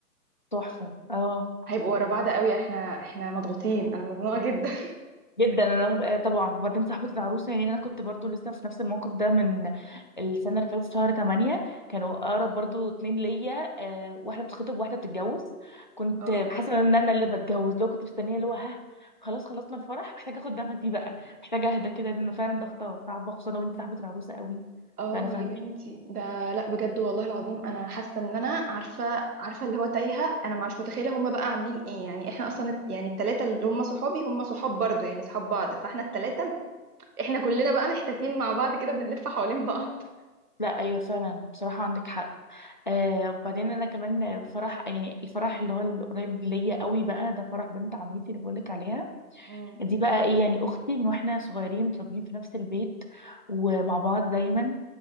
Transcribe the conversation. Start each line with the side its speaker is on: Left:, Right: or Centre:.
Left: تحفة اه
Right: هيبقوا ورا بعض قوي احنا احنا مضغوطين انا مزنوقه جدا
Left: جدا انا آه، طبعا وبعدين صاحبه العروسه يعني انا كنت برضو لسه في نفس الموقف ده من السنه اللي فاتت شهر 8 كانوا اقرب برضو اتنين ليا آه، واحده بتخطب وواحده بتتجوز
Right: <laughs>
Left: كنت
Right: اه
Left: حاسه ان انا اللي بتجوز لو كنت مستنيه اللي هو ها خلاص خلصنا الفرح محتاجه اخد نفسي بقى محتاجه اهدى كده لانه فعلا ضغطه صعبه خصوصا لو انت صاحبه العروسه قوي
Right: اه
Left: فانا فاهمه
Right: يا بنتي ده لا بجد والله العظيم انا حاسه ان انا عارفه عارفه اللي هو تايهه انا مش متخيله هم بقى عاملين ايه يعني احنا اصلا الت- يعني التلاته اللي هم صحابي هم صحاب برضو يعني صحاب بعض فاحنا التلاته احنا كلنا بقى محتاسين مع بعض كده بنلف حوالين بعض
Left: لا ايوه فعلا بصراحه عندك حق آه وبعدين انا كمان الفرح يعني الفرح اللي هو القريب ليا قوي بقى ده فرح بنت عمتي اللي بقولك عليها
Right: امم
Left: دي بقى ايه يعني اختي من واحنا صغيرين متربيين في نفس البيت ومع بعض دايما